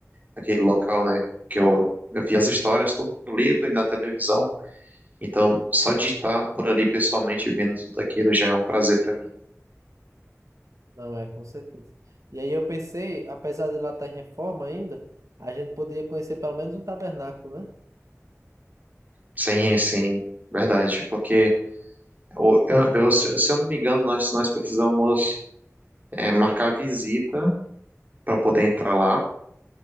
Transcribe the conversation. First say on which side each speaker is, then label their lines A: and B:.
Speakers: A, on the right; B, on the right.
A: aquele local, né? Que eu, eu vi as histórias tudo no livro e na televisão. Então, só de estar por ali pessoalmente vendo tudo aquilo já é um prazer para mim.
B: Não é, com certeza. E aí eu pensei, apesar de lá estar em reforma ainda, a gente poderia conhecer pelo menos o tabernáculo, né?
A: Sim, sim, verdade. Porque eu, eu- eu- se se eu não me engano, nós, nós precisamos é, marcar visita para poder entrar lá.